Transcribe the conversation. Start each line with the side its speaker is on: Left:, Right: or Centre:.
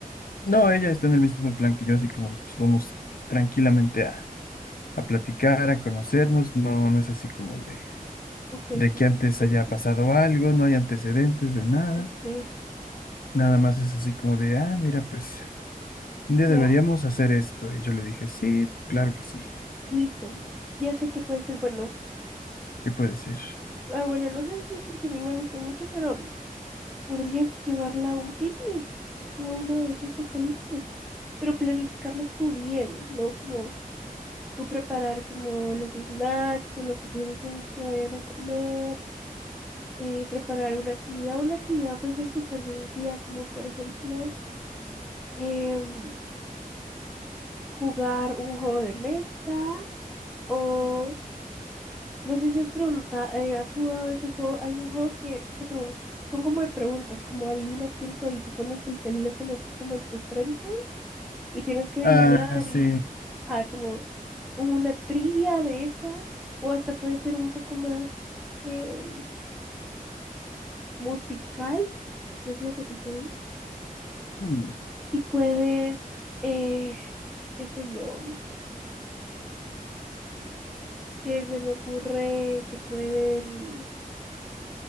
Left: No, ella está en el mismo plan que yo, así como, de, pues vamos tranquilamente a, a platicar, a conocernos, no, no es así como de
Centre: Ok,
Left: de
Centre: ni
Left: que
Centre: se
Left: antes
Centre: piensa.
Left: haya pasado algo, no hay antecedentes de nada.
Centre: Ok,
Left: Nada más es así como de, ah, mira, pues un día
Centre: ya,
Left: deberíamos hacer esto. Y yo le dije, sí, claro que sí,
Centre: listo. Ya sé que puede ser bueno.
Left: qué puede ser.
Centre: Ah, bueno, no sé si es porque a mí me gusta mucho, pero podrías llevarla a un picnic, a uno de esos socalitos. Pero planificarlo tú bien, ¿no? Como tú preparar como los snacks o lo que piensen que vayan a comer, eh, preparar alguna actividad. Una actividad puede ser súper sencilla, como por ejemplo em, jugar un juego de mesa o no sé si has preguntado, has jugado ese juego, hay un juego que te pregun- Son como de preguntas, como adivina quién soy, y te pones el teléfono así como en tu frente y tienes que adivinar
Left: Ah, sí.
Centre: y, <laughs> ah, como una trivia de esas, o hasta puede ser un poco más eh, musical, que es lo que a ti te gusta.
Left: Mm,
Centre: Y puedes, eh, qué sé yo, eh, se me ocurre que pueden